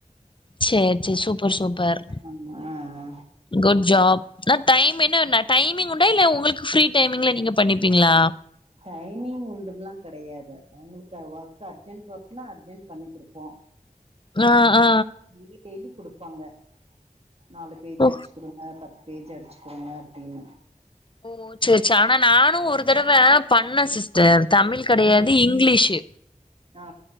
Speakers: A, on the left; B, on the right.
A: சேரி சேரி சூப்பர் சூப்பர்
B: ஆம்மா ஆ ஆ
A: குட் ஜாப் நா டைம் என்ன நா டைமிங் உண்டா இல்ல உங்களுக்கு ஃப்ரீ டைமிங்ல நீங்க பண்ணிப்பீங்ளா
B: டைமிங் ஒண்டுல்லா கிடையாது அவங்களுக்கு ஒர்க் அர்ஜென்ட் ஒர்க்னா அர்ஜென்ட் பண்ணி குடுப்போ
A: ஆ ஆ
B: டெய்லி டெய்லி குடுப்பாங்க நாலு பேஜ்
A: ஓ
B: அடிச்சு கொடுங்க பத்து பேஜ் அடிச்சு குடுங்க அப்டினு
A: ஓ சேரி சேரி ஆனா நானு ஒரு தடவ பண்ண சிஸ் சேரி தமிழ் கெடையாது
B: ம்
A: இங்லீஷு
B: ஆ